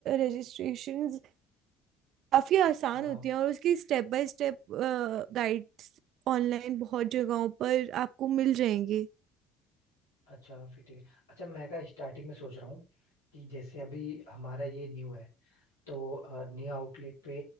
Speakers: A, on the right; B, on the left.
A: रजिस्ट्रेशंस काफ़ी आसान
B: हाँ
A: होती हैं और उसकी step by step guides online बहुत जगहों पर आपको मिल जाएंगी
B: अच्छा फिर ठीक है अच्छा मैं का स्टार्टिंग में सोच रहा हूँ कि जैसे अभी हमारा ये न्यू है तो अ, न्यू आउटलेट पे